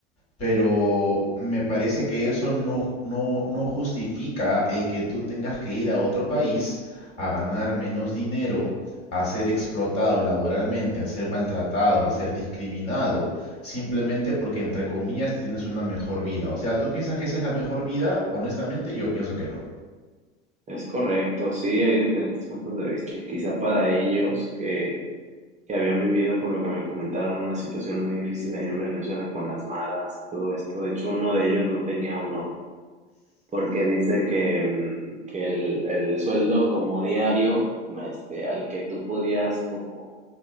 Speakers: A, on the left (about 40°); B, on the right (about 20°).
A: Pero me parece que eso no, ju- no, no justifica el que tú tengas que ir a otro país a ganar menos dinero, a ser explotado laboralmente, a ser maltratado, a ser discriminado, simplemente porque, entre comillas, tienes una mejor vida. O sea, ¿tú piensas que esa es la mejor vida? Honestamente, yo pienso que no.
B: es correcto, sí, hay diferentes puntos de vista y quizá para ellos que, que habían vivido, por lo que me comentaron, una situación muy difícil allá en Venezuela con las maras, todo esto, de hecho uno de ellos no tenía un ojo porque dice que, mm, que el, el sueldo como diario, este, al que tú podías como